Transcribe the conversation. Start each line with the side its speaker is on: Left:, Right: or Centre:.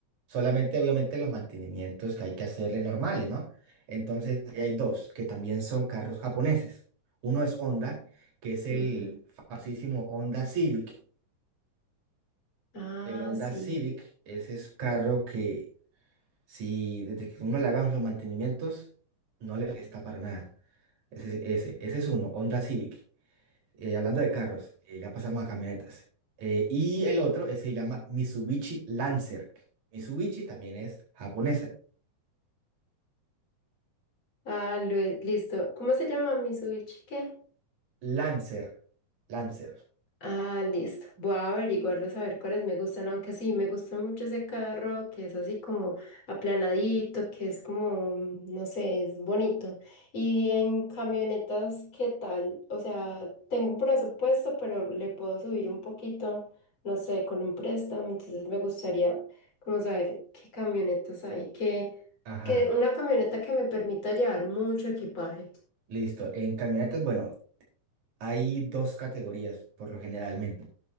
Right: Solamente, obviamente, los mantenimientos que hay que hacerle normales, ¿no? Entonces, ahí hay dos que también son carros japoneses. Uno es Honda, que es el
Left: Ujú.
Right: famosísimo Honda Civic.
Left: Ah,
Right: El Honda
Left: sí.
Right: Civic, ese es un carro que Si desde que uno le haga los mantenimientos, no le molesta para nada. Ese, ese, ese es uno, Honda Civic. Eh, hablando de carros, eh, ya pasamos a camionetas. Eh, y el otro eh, se llama Mitsubishi Lancer. Mitsubishi también es japonesa.
Left: Ah, lo- listo. ¿Cómo se llama Mitsubishi? ¿Qué?
Right: Lancer. Lancer.
Left: Ah, listo. Voy a averiguarlos a ver cuáles me gustan, aunque sí, me gusta mucho ese carro que es así como aplanadito, que es como, mm, no sé, es bonito. Y en camionetas, ¿qué tal? O sea, tengo un presupuesto, pero le puedo subir un poquito, no sé, con un préstamo, entonces me gustaría como saber qué camionetas hay, que,
Right: Ajá.
Left: que una camioneta que me permita llevar mucho equipaje.
Right: Listo. En camionetas, bueno, hay dos categorías por lo generalmente.